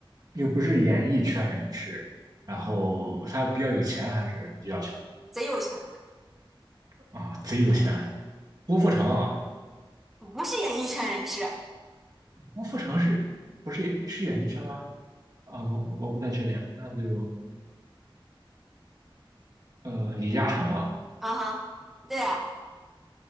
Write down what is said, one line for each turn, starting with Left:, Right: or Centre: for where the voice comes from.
Right: 又不是演艺圈人士，然后他比较有钱还是比较穷
Centre: 贼有钱，
Right: 啊？贼有钱，郭富城啊，
Centre: 不是演艺圈人士。
Right: 郭富城是不是是演艺圈吗？啊，我我不太确定，那就呃李嘉诚啊
Centre: 嗯哼，对呀，